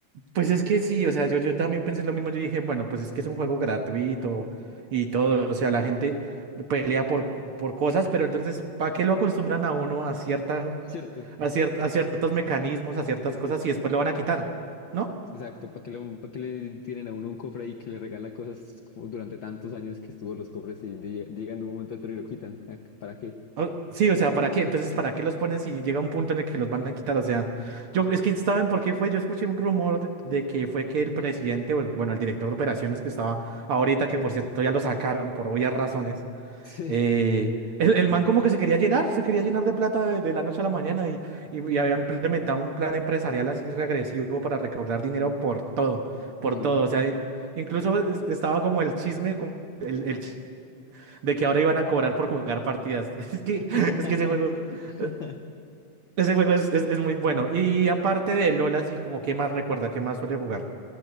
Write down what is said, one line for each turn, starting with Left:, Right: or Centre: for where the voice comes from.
Right: Pues es que sí, o sea, yo, yo también pensé lo mismo, yo dije, bueno, pues es que es un juego gratuito y todo, o sea, la gente pelea por, por cosas, pero entonces, ¿para qué lo acostumbran a uno a cierta,
Left: ¿Cierto?
Right: a cier- a ciertos
Left: <laughs>
Right: mecanismos, a
Left: Sí,
Right: ciertas
Left: sí, sí.
Right: cosas y después lo van a quitar? ¿No?
Left: Exacto, ¿para que lo, para que le tienen a uno un cofre ahí que le regala cosas como durante tantos años que estuvo los cofres y de- llegan de un momento a otro y lo quitan? ¿Ah, ¿Para qué?
Right: O- sí, o sea, ¿para qué? Entonces, ¿para qué los pones si llega un punto en el que los van a quitar? O sea, yo, es que ¿saben por qué fue? Yo escuché un rumor de, de que fue que el presidente, o el- bueno, el director de operaciones que estaba ahorita, que por cierto ya lo sacaron por obvias razones.
Left: Sí.
Right: Eh, el, el man como que se quería llenar, se quería llenar de plata de, de la noche a la mañana y, y, y había implementado un plan empresarial así regresivo para recaudar dinero por todo,
Left: Mm.
Right: por todo. O sea, i- incluso es- estaba como el chisme, como el, el ch- de que ahora iban a cobrar por jugar partidas. <laughs> Es que,
Left: <laughs>
Right: es que ese juego, eh, ese juego es, es, es muy bueno. Y aparte de LOL, así como, ¿qué más recuerda? ¿Qué más suele jugar?